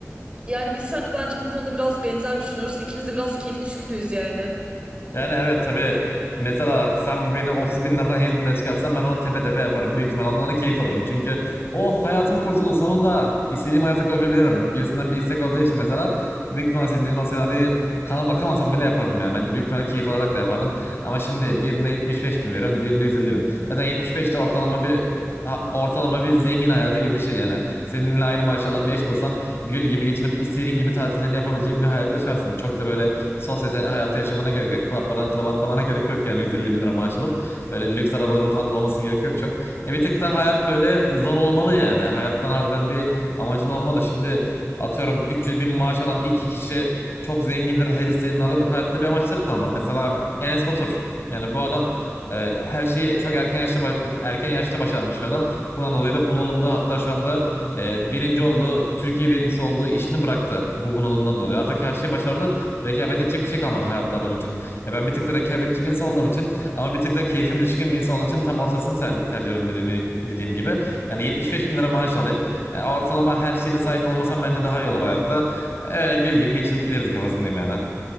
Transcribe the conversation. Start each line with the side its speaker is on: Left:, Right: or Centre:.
Right: yani biz seninle bence bu konuda biraz benzer düşünüyoruz. İkimiz de biraz keyif düşkünüyüz yani.
Left: Yani evet tabii mesela sen beni 30 bin liradan 100 bin lira çıkarsan ben onu tepe tepe yaparım. Büyük ihtimal ondan da keyif alırım. Çünkü oh hayatım kurtuldu sonunda istediğim hayata kavuşabilirim gibisinden bir istek olduğu için mesela büyük ihtimal senin dediğin o senaryoyu kana bakamasam bile yapardım yani. Bence büyük ihtimalle keyif alarak da yapardım. Ama şimdi birinde 75 bin veriyorum diğerinde 150 bin. Zaten 75 de ortalama bir ha- ortalama bir zengin hayatı gibi bir şey yani. Seninle aynı maaş alan bir eş bulsan gül gibi geçinip istediğin gibi tatillerini yapabileceğin bir hayat yaşarsın. Çok da böyle sosyal hayatı yaşamana gerek yok. Klaplardan klaba atlamana gerek yok yani 150 bin lira maaş alıp. Böyle lüks arabaların falan da olmasına gerek yok çok. E bir tık da hayat böyle zor olmalı yani. Hayattan harbiden bir amacın olmalı. Şimdi atıyorum 300 bin maaş alan iki kişi çok zengindir. Her istediğini alır. Hayatta bir amaçları kalmaz. Mesela Enes Batur. Yani bu adam e, her şeyi çok erken yaşta erken yaşta başarmış bir adam. Bundan dolayı da bunalımda hatta şu anda e, birinci oldu, Türkiye birincisi oldu, işini bıraktı bu bunalımdan dolayı. Artık her şeyi başardı Rekabet edecek bir şey kalmadı hayatta adam için. Ya ben bir tık da rekabetçi bir insan olduğum için ama bir tık da keyfim düşkün bir insan olduğu için tam ortasını ser- tercih ederim dediğim, dediğim gibi. Yani 75 bin lira maaş alayım. E, ortalama her şeye de sahip olmasam bence daha iyi olur hayatta. Öyle gül gibi geçinip gideriz kafasındayım yani.